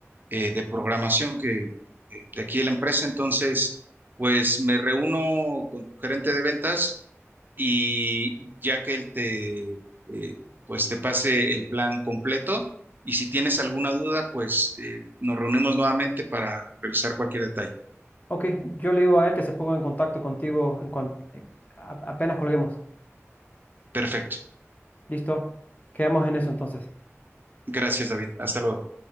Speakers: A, on the right; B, on the left.
A: eh, de programación que, eh, de aquí de la empresa. Entonces, pues me reúno con tu gerente de ventas y ya que él te, eh, pues te pase el plan completo y si tienes alguna duda, pues eh, nos reunimos nuevamente para revisar cualquier detalle.
B: Ok, yo le digo a él que se ponga en contacto contigo en cuan- eh, a- apenas colguemos.
A: Perfecto.
B: Listo, quedamos en eso entonces.
A: Gracias, David. Hasta luego.